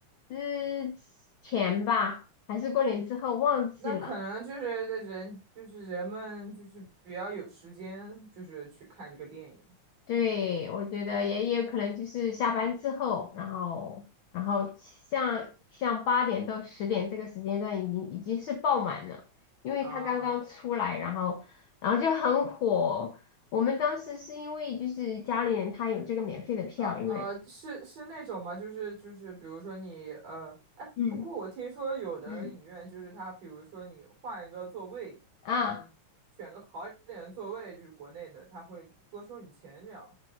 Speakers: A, on the left; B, on the right.
A: 之前吧，还是过年之后忘记了。
B: 那可能就是的人就是人们就是比较有时间，就是去看这个电影
A: 对，我觉得也也有可能就是下班之后，然后然后像像八点到十点这个时间段已经已经是爆满了，因为它刚刚出来，
B: 啊。
A: 然后然后就很火。我们当时是因为就是家里人他有这个免费的票，
B: 啊、
A: 因为
B: 呃，是是那种吗？就是就是，比如说你呃，哎，
A: 嗯
B: 不过我听说有的影院就是它，
A: 嗯
B: 比如说你换一个座位，
A: 啊。
B: 就是你选个好一点的座位，就是国内的，他会多收你钱，这样